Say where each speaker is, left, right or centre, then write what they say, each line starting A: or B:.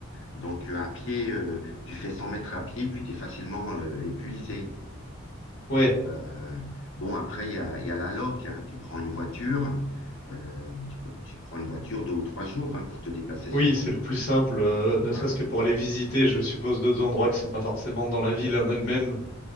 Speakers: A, on the left; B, on the left.
A: donc euh, à pied, euh, tu fais 100 mètres à pied, puis tu es facilement euh, épuisé.
B: ouais.
A: Euh, bon, après, il y a, il y a la loc, hein. Tu prends une voiture, euh, tu peux, tu prends une voiture deux ou trois jours hein, pour te déplacer sur
B: Oui,
A: Porto.
B: c'est le plus simple, euh,
A: Voilà.
B: ne serait-ce que pour aller visiter, je suppose, d'autres endroits qui sont pas forcément dans la ville en elle-même.